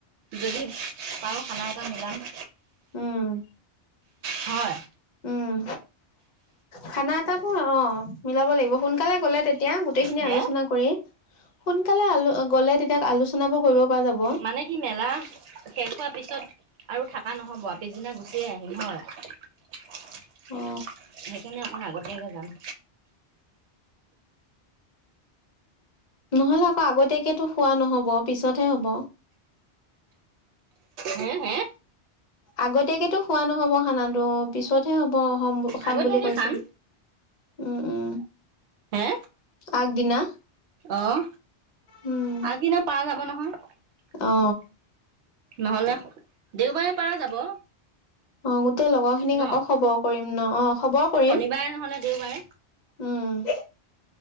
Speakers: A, on the right (about 80°); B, on the left (about 50°).
A: যদি পাৰু খানা এটা মিলাম
B: উম
A: হয়।
B: উম খানা এটা ক অ মিলাব লাগিব সোনকালে গলে তেতিয়া এতিয়া গোটেইখিনি
A: হে
B: আলোচনা কৰি সোনকালে আলো উ গ'লে তেতিয়া আলোচনাবোৰ কৰিব পৰা যাব
A: মানে কি মেলা শেষ হোৱাৰ পিছত আৰু থাক হা নহব পিছদিনা গুচিয়ে আহিম হয়। সেইকাৰণে
B: অ
A: অকণ আগত নেক জান
B: নহ'লে আকৌ আগতীয়াকেতো খোৱা নহ'ব পিছতহে হ'ব।
A: হে হে
B: আগতীয়াকেতো খোৱা নহব খানাটো পিছতহে হ'ব। খম খাম
A: আগতীয়াকে
B: বুলি কৈছিল।
A: খাম
B: উম উম।
A: হে?
B: আগদিনা।
A: অহ
B: উম
A: আগদিনা পাৰা যাব নহয়?
B: অ
A: নহলে দেওবাৰে পাৰা যাব
B: আহ গোটেই লগৰ খিনিক
A: ন
B: আকৌ খবৰ কৰিম ন অ খবৰ কৰিম
A: শনিবাৰে নহ'লে দেওবাৰে
B: উম।